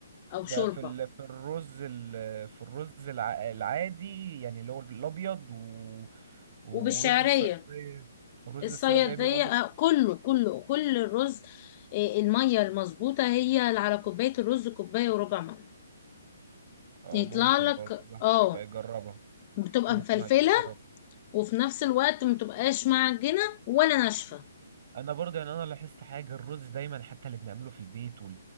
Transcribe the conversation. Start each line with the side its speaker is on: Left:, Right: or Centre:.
Left: أو
Right: ده
Left: شوربة
Right: في ال... في الرز ال... في الرز الع... العادي يعني اللي هو الابيض و... ورز
Left: وبالشعرية
Right: الصياديه رز
Left: الصيادية
Right: الصياديه بيبقى برضه
Left: آه، كله كله كل الرز آه، المية المظبوطة هي اللي على كوباية الرز كوباية وربع مية
Right: اه
Left: يطلع
Right: ممكن
Left: لك
Right: برضه الواحد
Left: اه
Right: يبقى يجربها
Left: بتبقى
Right: او ممكن
Left: مفلفلة
Right: الواحد يبقى يجربها
Left: وفي نفس الوقت متبقاش معجنة ولا ناشفة
Right: انا برضه يعني انا لاحظت حاجه الرز دايما حتى اللي بنعمله في البيت وال